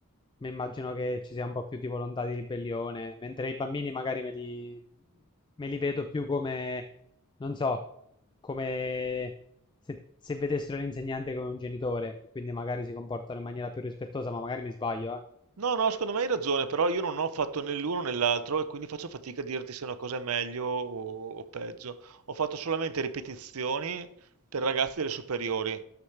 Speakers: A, on the left; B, on the right.
A: mi immagino che ci sia un po' più di volontà di ribellione, mentre i bambini magari me li, me li vedo più come, non so, come se, se vedessero l'insegnante come un genitore, e quindi magari si comportano in maniera più rispettosa, ma magari mi sbaglio, eh.
B: No, no, secondo me hai ragione, però io non ho fatto né l'uno né l'altro e quindi faccio fatica a dirti se una cosa è meglio o, o peggio. Ho fatto solamente ripetizioni per ragazzi delle superiori,